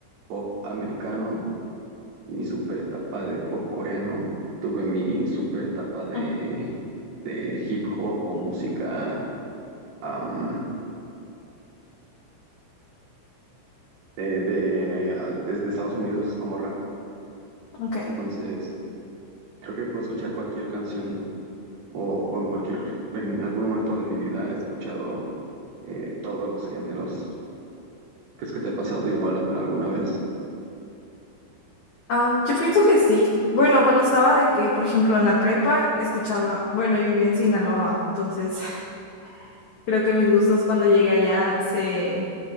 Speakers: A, on the right; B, on the left.
A: pop americano, mi super etapa de pop coreano, tuve mi super etapa de,
B: Mm,
A: de hip hop o música am, eh, de, ah, desde Estados Unidos como rap.
B: ok.
A: Entonces, creo que puedo escuchar cualquier canción o, o en cualquier, en algún momento de mi vida he escuchado eh, todos los géneros. ¿Crees que te ha pasado igual alguna vez?
B: Ah, yo pienso que sí. Bueno, cuando estaba de que, por ejemplo, en la prepa escuchaba, bueno, y vivía en Sinaloa, entonces <laughs> creo que mis gustos cuando llegué allá se